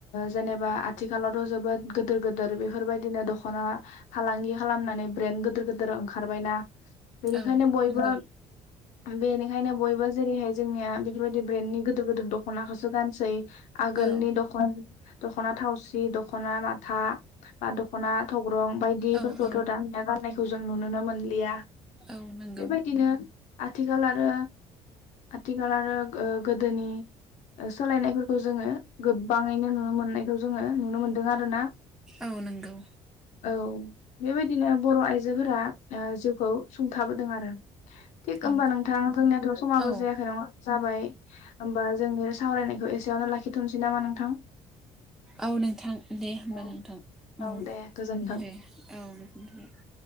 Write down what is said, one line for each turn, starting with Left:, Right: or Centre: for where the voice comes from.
Left: जेनेबा आथिखालावथ' जोबोद गिदोर गिदिर बेफोरबायदिनो दख'ना फालांगि खालामनानै ब्रेन गोदोर गोदोर ओंखारबायना बेनिखायनो
Centre: औ
Left: बयबो
Centre: नंगौ
Left: बेनिखायनो बयबो जेरैहाय जोंनिया बेफोरबायदि ब्रेन्डनि गो गोदोर गियोदोर दख'नाखौसो गानसै आगोलनि
Centre: औ
Left: दखन दख'ना थावसि, दख'ना माथा, बा दख'ना थग्रं बायदिफोरखौथ'
Centre: औ औ
Left: दानिया गाननायखौ जों नुुनोनो मोनलिया
Centre: औ नंगौ
Left: बेबायदिनो आथिखाल आरो आथिखाल आरो ओ गोदोनि ओ सोलायनायफोरखौ जोंङो गोबांङैनो नुनो मोननायखौ जोंङो नुनो मोनदों आरोना
Centre: औ नंगौ
Left: औ। बेबायदिनो बर' आइजोफोरा ओ जिउखौ सुंथाबोदों आरो। थिग होमबा
Centre: औ
Left: नोंथां जोंनियाथ' समाबो
Centre: औ
Left: जायाखै नंङा जाबाय होमबा जोंनि सावरायनायखौ एसेयावनो लाखिथ'नोसै नामा नोंथां?
Centre: औ नोंथां दे होमबा
Left: औ
Centre: नोंथां औ
Left: दे गोजोन्थों।
Centre: दे औ। <inaudible>